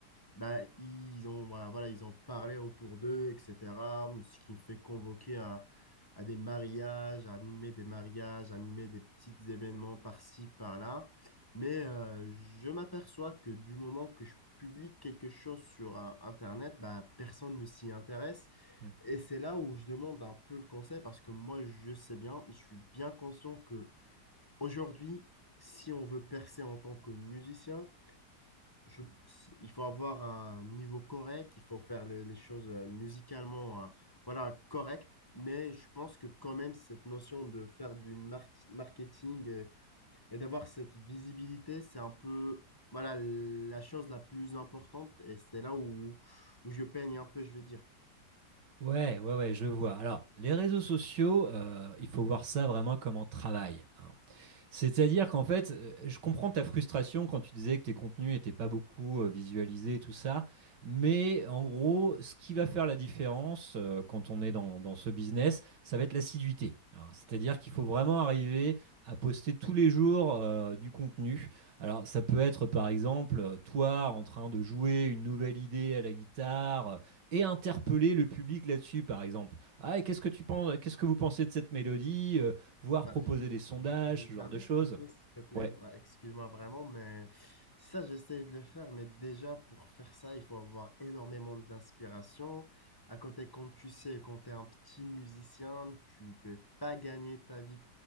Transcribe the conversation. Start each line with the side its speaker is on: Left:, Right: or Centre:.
Left: bah, ils ont, bah, voilà, ils ont parlé autour d'eux, etc. Ce qui me fait convoquer à, à des mariages, à animer des mariages, à animer des petits événements par-ci, par-là. Mais euh, je m'aperçois que du moment que je publie quelque chose sur euh, Internet, bah, personne ne s'y intéresse.
Right: Hmm.
Left: Et c'est là où je demande un peu le conseil parce que moi, je sais bien, je suis bien conscient que aujourd'hui, si on veut percer en tant que musicien, je- il faut avoir un niveau correct, il faut faire les, les choses euh, musicalement, euh, voilà, correct. Mais je pense que quand même, cette notion de faire du mar- marketing euh, et, d'avoir cette visibilité, c'est un peu, voilà, la chose la plus importante. Et c'est là où, où je peigne un peu, je vais dire.
Right: Ouais, ouais, ouais, je vois. Alors, les réseaux sociaux, euh, il faut voir ça vraiment comme un travail. hein. C'est-à-dire qu'en fait, euh, je comprends ta frustration quand tu disais que tes contenus n'étaient pas beaucoup euh, visualisés, et tout ça. Mais en gros, ce qui va faire la différence euh, quand on est dans, dans ce business, ça va être l'assiduité. Alors, C'est-à-dire qu'il faut vraiment arriver à poster tous les jours euh, du contenu. Alors, ça peut être par exemple euh, toi en train de jouer une nouvelle idée à la guitare euh, et interpeller le public là-dessus, par exemple. Ah, et qu'est-ce que tu penses, qu'est-ce que vous pensez de cette mélodie? Euh, voire
Left: Bah,
Right: proposer
Left: je,
Right: des sondages,
Left: je- je me
Right: ce
Left: permets
Right: genre de choses.
Left: de couper, s'il te plaît.
Right: Ouais.
Left: Bah, excuse-moi vraiment, mais ça, j'essaie de le faire. Mais déjà, pour faire ça, il faut avoir énormément d'inspiration. À côté, comme tu sais, quand tu es un petit musicien, tu peux pas gagner ta vie.